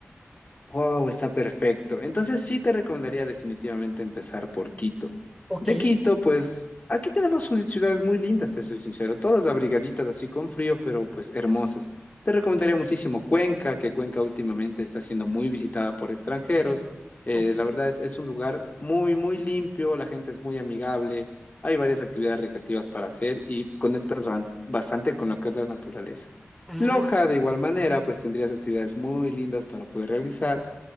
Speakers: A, on the left; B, in the centre.
A: Wow, está perfecto. Entonces sí te recomendaría definitivamente empezar por Quito.
B: Ok.
A: De Quito, pues aquí tenemos su- ciudades muy lindas, te soy sincero, todas abrigaditas así con frío, pero pues hermosas. Te recomendaría muchísimo Cuenca, que Cuenca últimamente está siendo muy visitada por extranjeros.
B: eh,
A: Eh,
B: ok,
A: la verdad es, es un lugar muy, muy limpio, la gente es muy amigable, hay varias actividades recreativas para hacer y conectas ban- bastante con lo que es la naturaleza.
B: Ah,
A: Loja, de igual manera, pues tendrías actividades muy lindas para poder realizar.